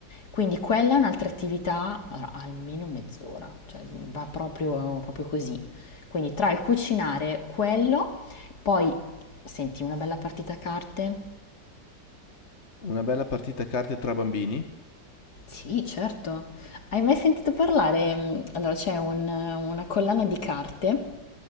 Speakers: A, on the left; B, on the left.
A: Quindi quella è un'altra attività, allora, almeno mezz'ora, cioè va proprio, proprio così. Quindi tra il cucinare quello, poi senti una bella partita a carte,
B: Una bella partita a carte tra bambini?
A: Sì, certo. Hai mai sentito parlare? mm, Allora, c'è un- una collana di carte,